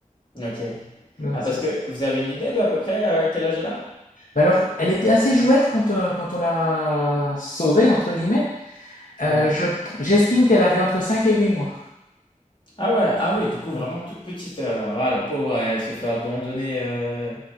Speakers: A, on the left; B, on the left.
A: OK.
B: Donc
A: Ah
B: ça,
A: parce
B: c'est-
A: que vous avez une idée de à peu près, heu, quel âge elle a?
B: Mais alors, elle était assez jouette quand, euh, quand on l'a sauvée, entre guillemets. Euh,
A: Ouais.
B: je- j'estime qu'elle avait entre 5 et 8 mois.
A: Ah ouais, ah oui, du coup vraiment
B: Ouais,
A: toute petite, heu, ah la pauvre, elle s'est fait abandonner, heu,